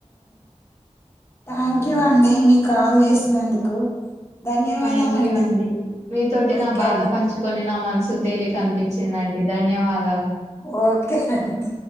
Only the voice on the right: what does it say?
థ్యాంక్ యూ అండి మీతోటి
నా బాధ
పంచుకొని నా మనసు తేలిక అనిపించిందండి ధన్యవాదా.